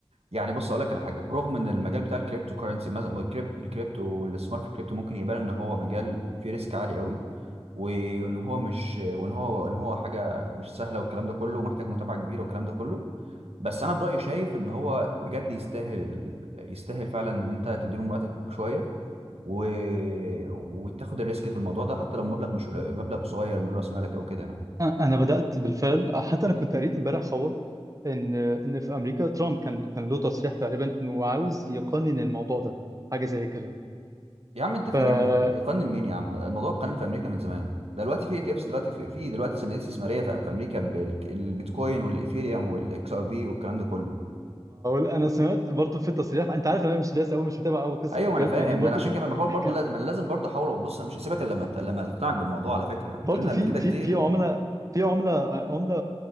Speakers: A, on the right; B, on the right.
A: يعني بص اقول لك على حاجه برغم ان المجال بتاع الكريبتو كرنسي مثلا الكريب- الكريبتو الاستثمار في الكريبتو ممكن يبان ان هو مجال فيه ريسك عالي قوي وان هو مش وان هو ان هو حاجه مش سهله والكلام ده كله ومحتاج متابعه كبيره والكلام ده كله بس انا برايي شايف ان هو بجد يستاهل يستاهل فعلا ان انت تديله من وقتك شويه و... وتاخد الريسك في الموضوع ده حتى لو مبلغ مش قليل- مبلغ صغير من راس مالك او كده يعني
B: انا بدات بالفعل حتى انا كنت قريت امبارح خبر ان ان في امريكا ترامب كان كان له تصريح تقريبا انه عاوز يقنن الموضوع ده حاجه زي كده
A: يا عم انت فين
B: فمعقول
A: يا عم يق- يقنن مين يا عم الموضوع قانون في امريكا من زمان ده دلوقتي في اي تي افس دلوقتي في في دلوقتي صناديق استثماريه في في امريكا بالبيتكوين والايثيريوم والاكس ار بي والكلام ده كله
B: انا سمعت برضو في تصريح انت عارف إن انا مش دايس قوي مش متابع قوي قصه
A: ايوه
B: الكريبتو
A: انا فاهم
B: دي برضو
A: انا عشان
B: كان
A: كده بحاول برضو
B: كان
A: لازم انا لازم برضو احاول وبص انا مش هسيبك الا لما ت- لما تقتنعك بالموضوع على فكره احنا
B: برضو
A: اتكلمنا
B: في
A: قبل كده
B: في
A: كتير
B: في عمله في عمله عمله